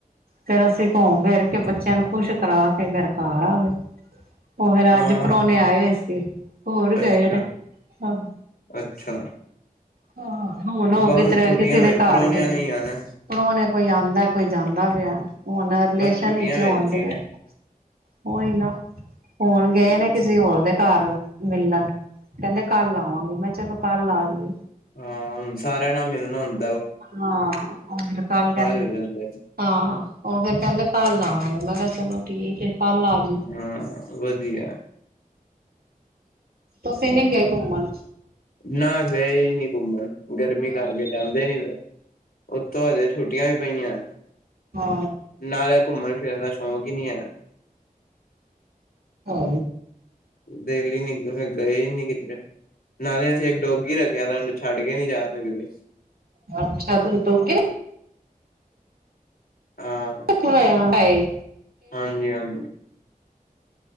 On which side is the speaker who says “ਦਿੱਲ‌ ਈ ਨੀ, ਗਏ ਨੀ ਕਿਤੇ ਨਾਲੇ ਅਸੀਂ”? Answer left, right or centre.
Left